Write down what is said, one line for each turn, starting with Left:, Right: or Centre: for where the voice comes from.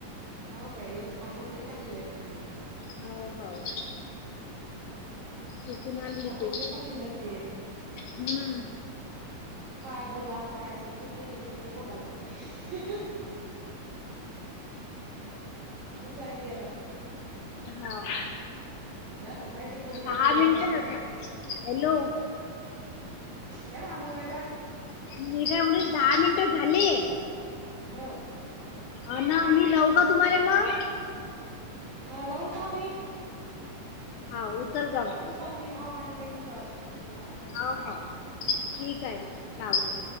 Right: हो काय? आकोटला चांगली, भेटते मग
Left: हाव हाव तिकून आणली
Right: अकोटले
Left: ते
Right: चांगली भेटते
Left: हं
Right: काय बोला काय समजतही नायी पण ते बोलावं लागतंय असंय ते आता
Left: हाव
Right: झालं पाहिजे पूर्ण
Left: दहा
Right: ते डॅश
Left: मिनिटं
Right: झालं
Left: झा
Right: काम
Left: हॅलो!
Right: ठेवा मंग आता
Left: मी काय म्हणेल दहा मिनिटं झाले
Right: हो
Left: अणं मी लवुका तुम्हाला मग?
Right: हा लावून पाहा बाई
Left: हा उचल जा म
Right: आम्ही हाव ऑनलाईनच आहोव, लावा
Left: हाव हाव ठीकय म लावते